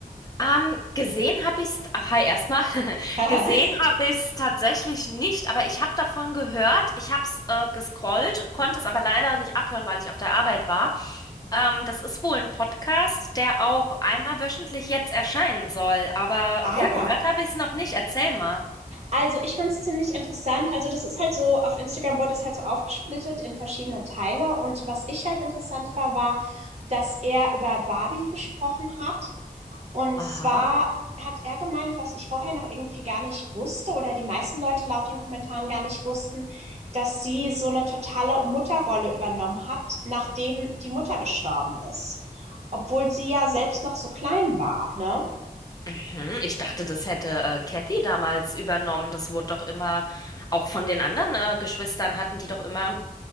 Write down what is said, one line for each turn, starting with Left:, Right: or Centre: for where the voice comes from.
Left: Ähm, gesehen habe ich's, ah, hi erstmal, <laughs>
Right: <laughs>
Left: gesehen habe ich's tatsächlich nicht, aber ich habe davon gehört, ich habe es äh, gescrollt, konnte es aber leider nicht abhören, weil ich auf der Arbeit war. Ähm, das ist wohl ein Podcast, der auch einmal wöchentlich jetzt erscheinen soll, aber
Right: Ah
Left: ja, gehört
Right: ja.
Left: habe ich es noch nicht, erzähl mal.
Right: Also, ich fand es ziemlich interessant. Also, das ist halt so, auf Instagram wurde das halt so aufgesplittet in verschiedene Teile. Und was ich halt interessant war, war, dass er über Barbie gesprochen hat. Und
Left: Aha.
Right: zwar hat er gemeint, was ich vorher noch irgendwie gar nicht wusste oder die meisten Leute laut den Kommentaren gar nicht wussten, dass sie so eine totale Mutterrolle übernommen hat, nachdem die Mutter gestorben ist. Obwohl sie ja selbst noch so klein war, ne?
Left: Mhm, ich dachte, das hätte äh, Kathy damals übernommen, das wurde doch immer, auch von den anderen äh, Geschwistern hatten die doch immer.